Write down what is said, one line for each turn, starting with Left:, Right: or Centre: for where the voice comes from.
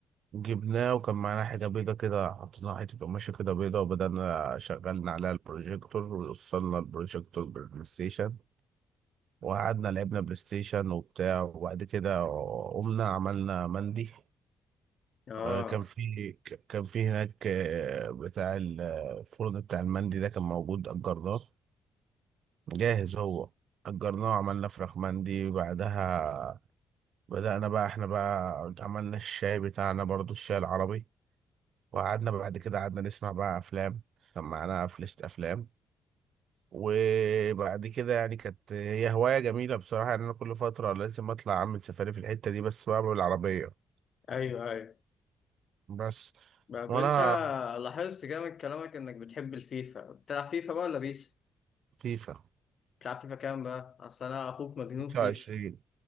Right: جبناه وكان معانا حاجة بيضة كده حطينا حتة قماشة كده بيضة وبدأنا شغلنا عليها البروجيكتور ووصلنا البروجيكتور بالبلاي ستيشن وقعدنا لعبنا بلاي ستيشن وبتاع وبعد كده قمنا عملنا مندي
Left: آه
Right: آه، كان في ك- كان في هناك آه، بتاع ال- آه، الفرن بتاع المندي ده كان موجود أجرناه جاهز هو أجرناه وعملنا فراخ مندي بعدها بدأنا بقى احنا بقى عملنا الشاي بتاعنا برضو الشاي العربي وقعدنا بعد كده قعدنا نسمع بقى أفلام كان معانا فلاشة أفلام وبعد كده يعني كانت هي هواية جميلة بصراحة يعني أنا كل فترة لازم أطلع أعمل سفاري في الحتة دي بس بقى بالعربية
Left: أيوه أيوه
Right: بس
Left: طب
Right: وأنا
Left: أنت لاحظت كده من كلامك إنك بتحب الفيفا بتلعب فيفا بقى ولا بيس؟
Right: لطيفة
Left: بتلعب فيفا كام بقى؟ أصل أنا أخوك مجنون
Right: 25
Left: فيفا